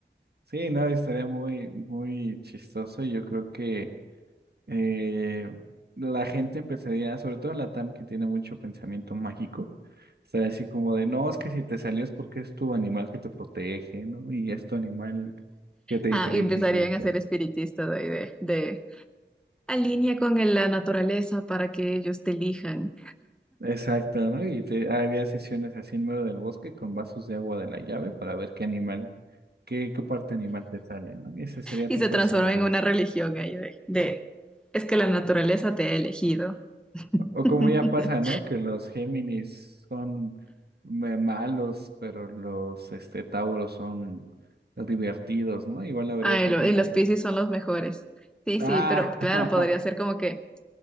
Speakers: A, on the right; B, in the centre.
A: Sí, no, estaría muy, muy chistoso. y Yo creo que eh, la gente empezaría, sobre todo en la TAM que tiene mucho pensamiento mágico, estaría así como de, no, es que si te salió es porque es tu animal que te protege, ¿no? Y es tu animal que te
B: Ah,
A: identificas.
B: y empezarían a ser espiritistas de, de, de alinea con el- la naturaleza para que ellos te elijan.
A: Exacto, ¿no? Y te, había sesiones así en medio del bosque con vasos de agua de la llave para ver qué animal, qué, qué parte animal te sale, ¿no? Y ese sería
B: Y
A: tu
B: se
A: personalidad.
B: transforma en una religión ahí de, de es que la naturaleza te ha elegido. <laughs>
A: O como ya pasa, ¿no? Que los Géminis son me- malos, pero los este Tauros son divertidos, ¿no? Igual habría
B: Ah,
A: sido
B: y, lo-
A: como,
B: y los Piscis son los mejores. Sí,
A: ah,
B: sí, pero claro,
A: <laughs>
B: podría ser como que